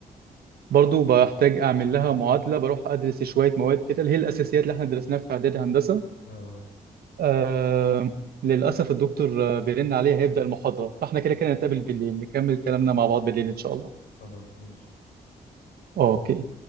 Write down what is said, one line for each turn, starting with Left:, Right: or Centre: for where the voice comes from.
Right: برضو بحتاج اعمل لها معادله بروح ادرس شويه مواد كده اللي هي الاساسيات اللي احنا درسناها في اعدادي هندسه
Left: اه
Right: آه للاسف الدكتور آه، بيرن عليا هيبدا المحاضره فاحنا كده كده نتقابل بالليل نكمل كلامنا مع بعض بالليل ان شاء الله
Left: خلاص ماشي
Right: اوكي